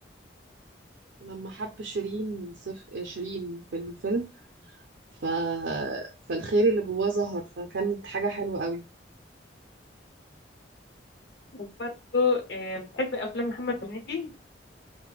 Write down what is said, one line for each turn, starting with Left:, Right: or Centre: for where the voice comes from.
Right: لما حب شيرين سف آه، شيرين في الفيلم ف فالخير اللي جواه ظهر فكانت حاجة حلوة قوي
Left: وبرضه آه، بتحب افلام محمد هنيدي